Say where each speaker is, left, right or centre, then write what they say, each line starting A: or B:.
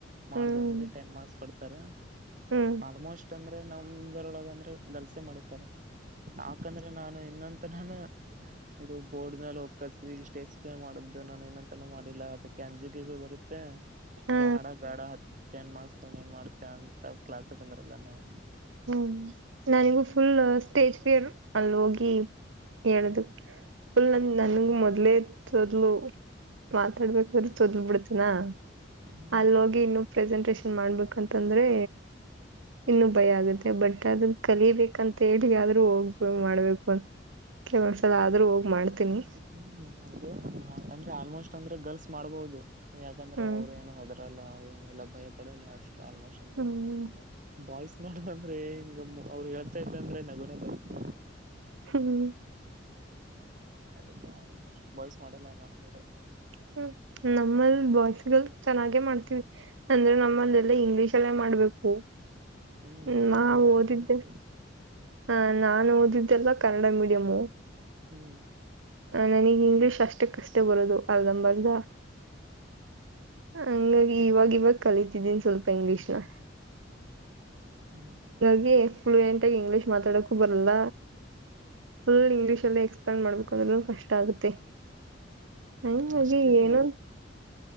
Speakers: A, on the right; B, on the right.
A: ಮಾಡಂದ್ರೆ
B: ಹ್ಮ್
A: ಟೆನ್ ಮಾರ್ಸ್ತ ಕೊಡ್ತಾರೆ
B: ಹ್ಮ್
A: ಆಲ್ಮೋಸ್ಟ್ ಅಂದ್ರ ನಮರೊಳಗೆ ಅಂದ್ರೆ ಗಲ್ಸೆ ಮಾಡುತ್ತಾರೆ ಯಾಕಂದ್ರೆ ನಾನು ಇನ್ನೊ ನಾನು ಇದು ಬೋರ್ಡ್ ಮೇಲೆ ಹೋಗ್ ಕಲ್ಸ ಇಷ್ಟ ಎಕ್ಸ್ಪ್ಲೇನ್ ಮಾಡಿದ್ದು ನಾನು ಏನಂತಾನ ಮಾಡಿಲ್ಲ ಅದಿಕ್ಕೆ ಕೆಂಜಿಟಿಗು ಬರುತ್ತೆ
B: ಹಾ
A: ಬ್ಯಾಡ ಬೇಡ ಹತ್ತ ಏನ್ ಮಾಡಸ್ತ ಏನ್ ಮಾಡ್ತ ಅಂತ ಕ್ಲಾಸ್ಕ್ಗೆ ಬಂದಿರಲ್ಲ ನಾವು
B: ಹ್ಮ್ ನನಿಗೂ ಫುಲ್ ಸ್ಟೇಜ್ ಫಿಯರ್ರು ಅಲ್ಲಿ ಹೋಗಿ ಹೇಳದು ಫುಲ್ ನನ್
A: ಹ್ಮ್
B: ನಂಗೆ ಮೊದ್ಲೇ ತೊದ್ಲು ಮಾತಾಡ್ಬೇಕು ತೊದ್ಲು ಬಿಡ್ತನಾ
A: ಹ್ಮ್
B: ಅಲ್ಲಿ ಹೋಗಿ ಇನ್ನು ಪ್ರೆಸೆಂಟೇಶನ್ ಮಾಡ್ಬೇಕಂತಂದ್ರೆ ಇನ್ನು ಭಯ ಆಗುತ್ತೆ. ಮತ್ತೆ ಬಟ್ ಅದ ಕಲಿಬೇಕಂತ ಹೇಳಿ ಆದ್ರು ಹೋಗ್ ಮಾಡ್ಬೇಕು ಅಂತ ಕೆಲವು ಒಂದ್ಸಲ ಆದ್ರೂ ಹೋಗಿ ಮಾಡ್ತೀನಿ.
A: ಹ್ಮ್ ಹಂಗ ಅಂದ್ರೆ ಆಲ್ಮೋಸ್ಟ್ ಅಂದ್ರೆ ಗರ್ಲ್ಸ್ ಮಾಡ್ಬಹುದು ಯಾಕಂದ್ರೆ
B: ಹ್ಮ್
A: ಅವರು ಏನು ಹೆದರ್ ಹೆದ್ರಲ್ಲ ಏನಲ್ಲ ಭಯ ಪಡಲ್ಲ ಅಷ್ಟು ಆಲ್ಮೋಸ್ಟ್ ಅಂದ್ರೆ
B: ಹ್ಮ್
A: ಬಾಯ್ಸ್ ನೋಡಂದ್ರೆ ಹಿಂಗಮ್ಮ ಅವ್ರು ಹೇಳ್ತಾ ಇದ್ದಂದ್ರೆ ನಗುನೆ ಬರುತ್ತೆ
B: ಹ್ಮ್
A: ಅದಕ್ಕೆ ಆಲ್ಮೋಸ್ಟ್ ಬಾಯ್ಸ್ ಮಾಡಲ್ಲ ನಮ್ಗಡೆ
B: ಹ್ಮ ನಮ್ಮಲ್ಲಿ ಬಾಯ್ಸಗಲ್ ಚೆನ್ನಾಗೆ ಮಾಡ್ತೀವಿ ಅಂದ್ರೆ ನಮ್ಮಲ್ಲೆಲ್ಲಾ ಇಂಗ್ಲಿಷ್ ಇಂಗ್ಲಿಷ್ ಅಲ್ಲೆ ಮಾಡ್ಬೇಕು
A: ಹ್ಮ್
B: ಹ್ಮ ನಾವು
A: ನಮ್ಮದರಲ್ಲಿ
B: ಓದಿದ್ದೆ
A: ಹಂಗೆ
B: ಹಾಂ ನಾನು ಓದಿದ್ದೆಲ್ಲ ಕನ್ನಡ ಮೀಡಿಯಮು.
A: ಹ್ಮ್
B: ನನಿಗೆ ಇಂಗ್ಲೀಷ್ ಅಷ್ಟ ಕಷ್ಟ ಬರೊದು ಅರ್ಧಂಬರ್ಧ ಹಾಂಗಾಗಿ ಇವಾಗ ಇವಾಗ ಕಲಿತಿದ್ದೀನ್ ಸ್ವಲ್ಪ ಇಂಗ್ಲೀಷ್ನ
A: ಹ್ಮ್
B: <unintelligible> ಫ್ಲಯಂಟ್ ಆಗಿ ಇಂಗ್ಲಿಷ್ ಮಾತಾಡಕೂ ಬರಲ್ಲ ಫುಲ್ ಇಂಗ್ಲೀಷ ಅಲ್ಲಿ ಎಕ್ಸ್ಪ್ಲೇನ್ ಮಾಡಬೇಕು ಅಂದ್ರೂ ಕಷ್ಟ ಆಗುತ್ತೆ ಹಂಗಾಗಿ
A: ಅಷ್ಟೇನು
B: ಏನೋ
A: ಬರುತ್ತೆ